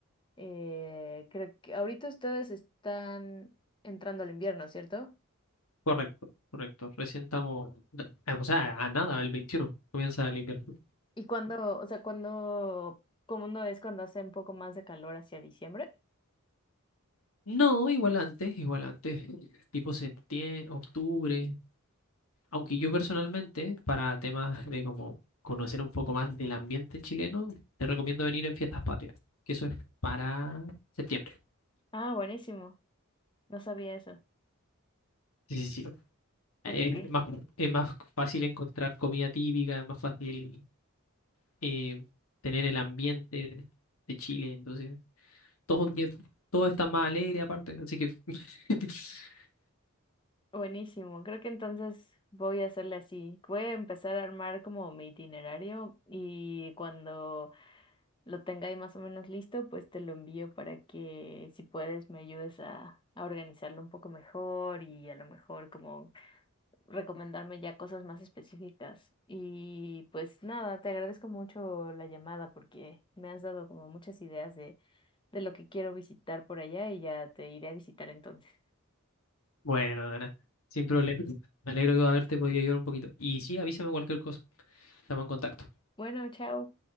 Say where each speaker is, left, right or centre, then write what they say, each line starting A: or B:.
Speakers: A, on the left (about 20°); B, on the left (about 75°).
A: Eh, creo que ahorita ustedes están entrando al invierno, ¿cierto?
B: correcto, correcto. Recién estamos, ah, o sea, a nada, el 21 comienza el invierno.
A: ¿Y cuándo, o sea, cuándo, cómo no es cuando hace un poco más de calor hacia diciembre?
B: No, igual antes, igual antes. Tipo septiembre, octubre, Aunque yo personalmente, para temas de como conocer un poco más del ambiente chileno, te recomiendo venir en Fiestas Patrias, que eso es para septiembre.
A: Ah, buenísimo. No sabía eso.
B: Sí, sí, sí. Es
A: Ok,
B: más, es más fácil encontrar comida típica, es más fácil eh, tener el ambiente de Chile, entonces todo, bien- todo está más alegre aparte, así que <laughs>
A: buenísimo. Creo que entonces voy a hacerle así. Voy a empezar a armar como mi itinerario y cuando lo tenga ahí más o menos listo, pues te lo envío para que si puedes me ayudes a, a organizarlo un poco mejor y a lo mejor como recomendarme ya cosas más específicas. Y pues nada, te agradezco mucho la llamada porque me has dado como muchas ideas de, de lo que quiero visitar por allá y ya te iré a visitar entonces.
B: bueno, Ana, sin problema. Me alegro de haberte podido ayudar un poquito. Y sí, avísame cualquier cosa, estamos en contacto.
A: Bueno, chao.